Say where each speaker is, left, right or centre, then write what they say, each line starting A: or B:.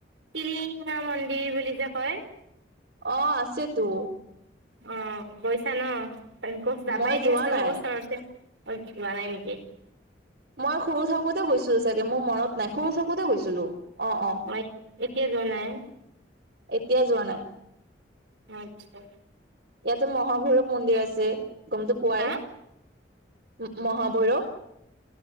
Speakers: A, on the right; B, on the right.
A: টিলিঙা মন্দিৰ বুলি যে কয়।
B: অ' আছে তো।
A: অ' গৈছা ন, যাবাই
B: মই
A: দিয়াছো
B: যোৱা
A: ওচৰতে।
B: নাই
A: মানে ওচৰতে লোৱা নাই নেকি <unintelligible>
B: মই সৰু থাকোতে গৈছিলো চাগে, মোৰ মনত নাই সৰু থাকোতে গৈছিলো। অ অ
A: মই এতিয়া যোৱা নাই।
B: এতিয়া যোৱা নাই।
A: আচ্ছা।
B: ইয়াতে মহাভৈৰৱ মন্দিৰ আছে, গমটো পোৱাই
A: হা
B: মহাভৈৰৱ।